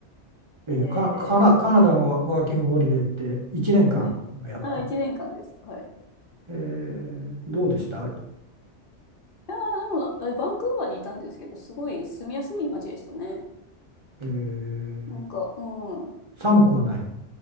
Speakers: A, on the right; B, on the left.
A: えーカ、
B: ええ、
A: カナ、カナダのワワーキングホリデーって1年間のや、
B: はい。あ、一年間です。はい。
A: えーどうでした
B: うん。いやーでもな、えバンクーバーにいたんですけど、すごい住みやすい街でしたね。
A: えー
B: なんか、うん。
A: 寒くはない。